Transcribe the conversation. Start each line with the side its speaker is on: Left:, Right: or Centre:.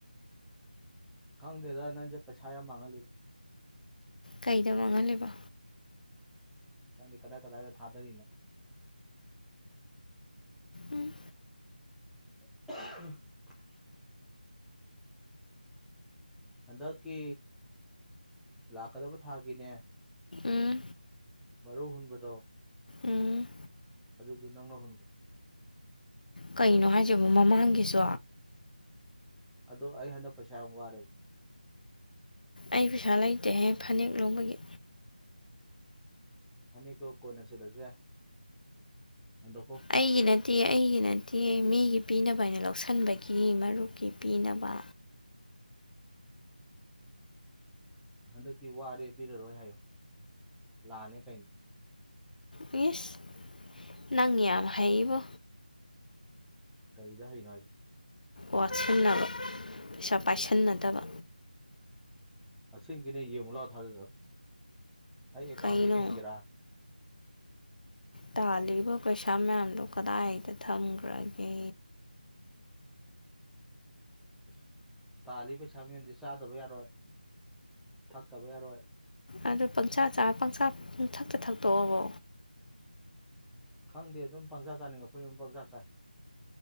Centre: ꯈꯪꯗꯦꯗ ꯅꯪꯁꯦ ꯄꯩꯁꯥ ꯌꯥꯝ ꯃꯥꯡꯍꯜꯂꯤꯗ
Left: ꯀꯩꯗ ꯃꯥꯡꯍꯜꯂꯤꯕꯥ
Centre: ꯈꯪꯗ‌ꯦ ꯀꯗꯥꯏ ꯀꯗꯥꯏꯗ ꯊꯥꯗꯔꯤꯅꯣ
Left: ꯎꯝ
Centre: <unintelligible> ꯍꯟꯗꯛꯀꯤ ꯂꯥꯛꯀꯗꯕ ꯊꯥꯒꯤꯅꯦ
Left: ꯎꯝ
Centre: ꯃꯔꯨꯞ ꯍꯨꯟꯕꯗꯣ
Left: ꯎꯝ
Centre: ꯑꯗꯨꯁꯨ ꯅꯪꯅꯥ ꯍꯨꯟꯒ꯭ꯔꫭ
Left: ꯀꯩꯅꯣ ꯍꯥꯏꯁꯤꯕ ꯃꯃꯥꯡꯒꯤꯁꯨ
Centre: ꯑꯗꯣ ꯑꯩ ꯍꯟꯗꯛ ꯄꯩꯁꯥ ꯌꯥꯝ ꯋꯥꯔꯦꯕ
Left: ꯑꯩ ꯄꯩꯁꯥ ꯂꯩꯇꯦꯍꯦ ꯐꯅꯦꯛ ꯂꯧꯕꯒꯤ
Centre: ꯐꯅꯦꯛꯇꯣ ꯀꯣꯟꯅ ꯁꯦꯠꯂꯁꯨ ꯌꯥꯏ ꯍꯟꯗꯣꯛꯈꯣ
Left: ꯑꯩꯒꯤ ꯅꯠꯇꯤꯌꯦ ꯑꯩꯒꯤ ꯅꯠꯇꯤꯌꯦ ꯃꯤꯒꯤ ꯄꯤꯅꯕꯅ ꯂꯧꯁꯤꯟꯕꯒꯤ ꯃꯔꯨꯞꯀꯤ ꯄꯤꯅꯕ
Centre: ꯍꯟꯗꯛꯇꯤ ꯋꯥꯔꯦ ꯄꯤꯔꯔꯣꯏ ꯍꯥꯏꯌꯣ ꯂꯥꯟꯅꯦ ꯀꯩꯅꯦ
Left: ꯏ꯭ꯁ ꯅꯪ ꯌꯥꯝ ꯍꯩꯕꯨ
Centre: ꯀꯔꯤꯗ ꯍꯩꯅꯣ ꯍꯥꯏꯁꯦ
Left: ꯋꯥꯠꯁꯤꯡꯟꯅꯕ ꯄꯩꯁꯥ ꯄꯥꯏꯁꯤꯟꯅꯗꯕ
Centre: ꯑꯁꯦꯡꯒꯤꯅꯦ ꯌꯦꯡꯉꯨ ꯂꯥꯛꯑꯣ ꯊꯥꯖꯗ꯭ꯔꯒ ꯑꯩ ꯑꯦꯀꯥꯎꯟꯖꯦ
Left: ꯀꯩꯅꯣ
Centre: ꯌꯦꯡꯒꯦꯔꯥ
Left: ꯇꯥꯜꯂꯤꯕ ꯄꯩꯁꯥ ꯃꯌꯥꯝꯗꯨ ꯀꯗꯥꯏꯗ ꯊꯝꯈ꯭ꯔꯒꯦ
Centre: ꯑ꯭ꯁ ꯇꯥꯜꯂꯤꯕ ꯄꯩꯁꯥ ꯃꯌꯥꯝꯁꯦ ꯆꯥꯗꯕ ꯌꯥꯔꯣꯏ ꯊꯛꯇꯕ ꯌꯥꯔꯣꯏ
Left: ꯑꯗꯨ ꯄꯪꯆꯥꯥꯔ ꯄꯪꯆꯥꯥ ꯄꯨꯡꯊꯛꯇ ꯊꯛꯇꯣꯛꯕꯣ
Centre: ꯈꯪꯗꯦ ꯑꯗꯨꯝ ꯄꯪꯖꯥ ꯆꯥꯅꯤꯡꯉꯛꯄꯅꯤꯅ ꯑꯗꯨꯝ ꯄꯪꯆꯥ ꯆꯥꯏ